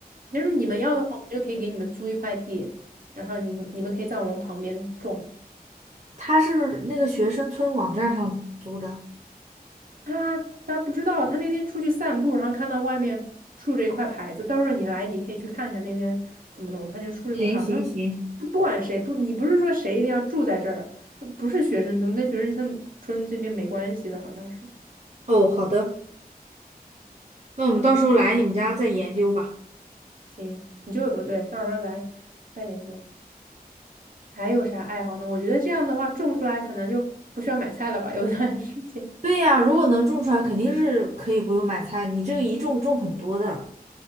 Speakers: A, on the right; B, on the right.
A: 就是你们要的话，我们就可以给你们租一块地，然后你你们可以在我们旁边种。
B: 他是那个学生村网站上租的。
A: 他他不知道，他那天出去散步，然后看到外面竖着一块牌子，到时候你来，你可以去看一下那边怎么弄。他就竖了一块，
B: 行行行，
A: 好像就不管谁不，你不是说谁一定要住在这儿，他不是学生村，跟学生村村这边没关系的，好像是。
B: 哦，好的。那我们到时候来你们家再研究吧。
A: 嗯，行，你就呃对，到时候来再研究。还有啥爱好呢？我觉得这样的话，种出来可能就不需要买菜了吧，有段时间
B: 对呀，如果能种出来，肯定是可以不用买菜。你这个一种种很多的，